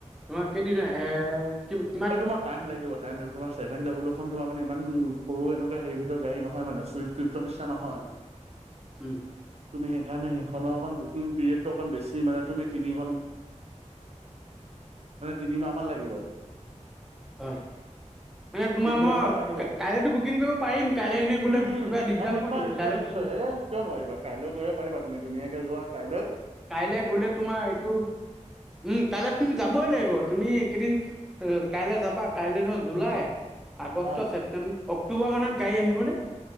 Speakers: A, in the centre; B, on the right (about 55°).
A: তোমাৰ কেইদিন এহে কিত।
B: ঐ, তোমাৰ টাইম লাগিব টাইম লাগিব তোমাৰ ছেভেন ডাবুল ফুন তোমা ইমান সৰু এনেকুৱা - হেৰি ভিতৰ গাড়ী নহয় মানে চুইফ্ট টিউবটৰ নিচিনা নহয়।
A: উম
B: তুমি হেইকাৰণে - খনৰ অকণ বুকিং পিৰিয়ডটো অণ বেছি মানে তুমি তিনি - তিমাহ মান লাগিব।
A: হয়। মানে তোমাৰ
B: তিনিমাহ
A: মই
B: মান লাগিব
A: কাইলেতো বুকিং কৰিব পাৰিম। কাইলৈ এনেই গলে
B: উম উম
A: কিবা দিগদাৰ
B: নিশ্চয়
A: হ'ব নেকি
B: নিশ্চয়
A: কাইলৈ -
B: এ কিয় নোৱাৰিবা কাইলৈ কৰিব পাৰিবা তুমি ধুনীয়াকে যোৱা কাইলৈ -
A: কাইলে গ'লে তোমাৰ এইটো উ কাইলৈ তুমি যাবই লাগিব তুমি - একেইদিন কাইলৈ যাবা কাইলৈ - জুলাই, আগষ্ট,
B: হয়
A: ছেপটেম্ব, অক্টোবৰ মানত গাড়ী আহিবনে?